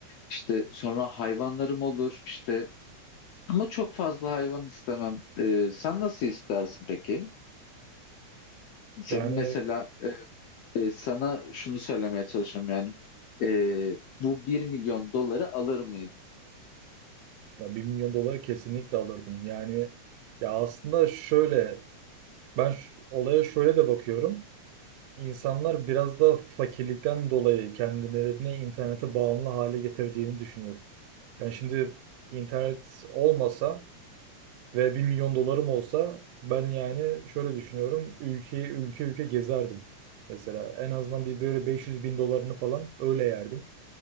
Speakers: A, on the left; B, on the right.
A: İşte sonra hayvanlarım olur işte. Ama çok fazla hayvan istemem. Ee, sen nasıl istersin peki? Senin
B: Yani
A: mesela e, e, sana şunu söylemeye çalışıyorum yani. Ee, bu bir milyon doları alır mıydın?
B: ya 1 milyon doları kesinlikle alırdım. Yani ya aslında şöyle, ben ş- olaya şöyle de bakıyorum. İnsanlar biraz da fakirlikten dolayı kendilerini internete bağımlı hale getirdiğini düşünüyorum. Yani şimdi internet olmasa Ve bir milyon dolarım olsa ben yani şöyle düşünüyorum. Ülke ülke ülke gezerdim. Mesela en azından bir böyle 500 bin dolarını falan öyle yerdim.